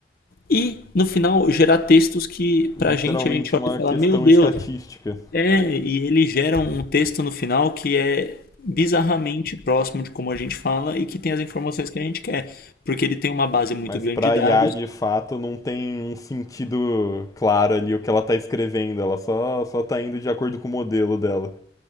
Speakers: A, on the left; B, on the left.
A: e, no final, gerar textos que,
B: literalmente
A: pra gente, a gente olha
B: uma
A: e fala:
B: questão
A: Meu Deus,
B: estatística.
A: é. E ele gera um texto no final que é bizarramente próximo de como a gente fala e que tem as informações que a gente quer, porque ele tem uma base muito
B: Mas
A: grande
B: pra
A: de dados
B: IA, de fato, não tem um sentido claro ali o que ela tá escrevendo. Ela só, só tá indo de acordo com o modelo dela.